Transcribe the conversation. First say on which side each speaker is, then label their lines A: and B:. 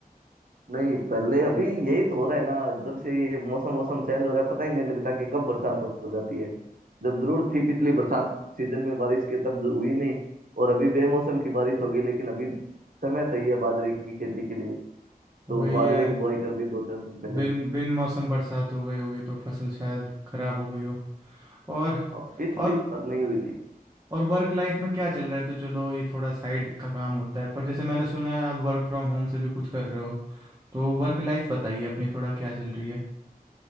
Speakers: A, on the right (about 65°); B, on the right (about 25°).
A: नहीं पहले अभी यही तो हो रहा है ना जब से ये मौसम मौसम चेंज हो रहा है पता ही नहीं लगता कि कब बरसात हो जाती है जब जरूरत थी पिछली बरसात सीजन में बारिश की तब हुई नहीं और अभी बेमौसम की बारिश हो गई लेकिन अभी समय सही है बाजरे की खेती के लिए तो
B: वही
A: बाजरे
B: है
A: की बुआई कर दी दो चार दिन पहले
B: बिन बिन मौसम बरसात हो गई होगी तो फसल शायद खराब हो गई हो और
A: अब पिछली
B: और
A: बार नहीं हुई थी
B: और वर्क लाइफ में क्या चल रहा है तो चलो ये थोड़ा साइड का काम होता है पर जैसे मैंने सुना है आप वर्क फ्रॉम होम से भी कुछ कर रहे हो तो वर्क लाइफ बताइए अपनी थोड़ा क्या चल रही है